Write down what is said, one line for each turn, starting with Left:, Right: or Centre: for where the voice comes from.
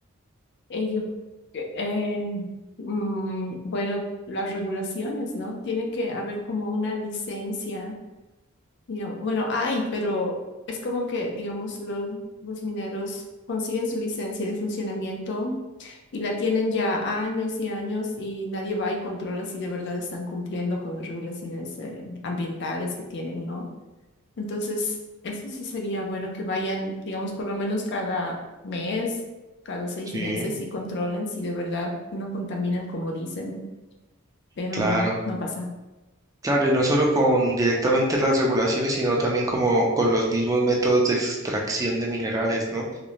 Left: Ello, que, eh, mm, bueno, las regulaciones, ¿no? Tiene que haber como una licencia Digamos, bueno, hay, pero es como que, digamos, los, los mineros consiguen su licencia de funcionamiento y la tienen ya años y años y nadie va y controla si de verdad están cumpliendo con las regulaciones eh, ambientales que tienen, ¿no? Entonces, eso sí sería bueno que vayan, digamos, por lo menos cada mes, cada seis
Right: Sí,
Left: meses y controlen si de verdad no contaminan como dicen, pero
Right: claro.
Left: no, no pasa.
Right: Claro, y no solo con directamente las regulaciones, sino también como con los mismos métodos de extracción de minerales, ¿no?